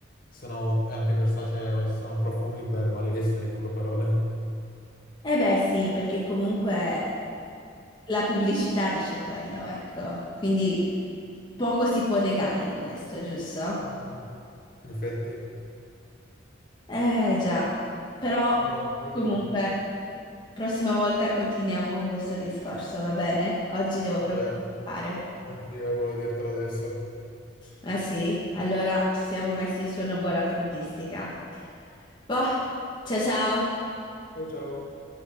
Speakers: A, on the left; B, on the left.
A: sono, e anche Versace Eros, sono profumi per malessere, in poche parole.
B: Eh beh, sì, perché comunque la pubblicità dice quello, ecco. Quindi poco si può negare di questo, giusto?
A: Mhm, In effetti,
B: Eh già, però
A: Boh, io
B: comunque
A: che devo- uh,
B: prossima volta continuiamo con questo discorso, va bene? Oggi devo
A: va
B: proprio
A: bene,
B: scappare.
A: anch'io volevo dirtelo adesso.
B: Ah sì, allora ci siamo messi su una buona tempistica. Boh, ciao ciao,
A: Ciao ciao,